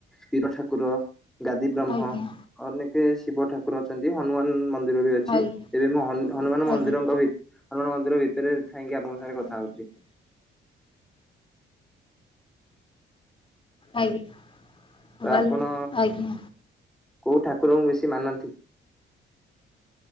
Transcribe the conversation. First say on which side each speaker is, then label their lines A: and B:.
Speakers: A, in the centre; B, on the left.
A: ପୀର ଠାକୁର ଗାଦୀ ବ୍ରହ୍ମ।
B: ଆଜ୍ଞା
A: ଅନେକେ ଶିବ ଠାକୁର ଅଛନ୍ତି ହନୁମାନ ମନ୍ଦିର ବି ଅଛି
B: ଆଜ୍ଞା
A: ହେଲେ ହନୁମାନ- ହନୁମାନ ମନ୍ଦିରଙ୍କ
B: ଆଜ୍ଞା
A: ଭିତରକୁ ଆମ ମନ୍ଦିର ଭିତରେ ଥାଇ ଆପଣଙ୍କ ସାଙ୍ଗ ରେ କଥା
B: <inaudible>
A: ହଉଛି
B: ଆଜ୍ଞା।
A: ତ
B: ଭଲ
A: ଆପଣ
B: ଆଜ୍ଞା
A: କୋଉ ଠାକୁରଙ୍କୁ ବେଶୀ ମାନନ୍ତି?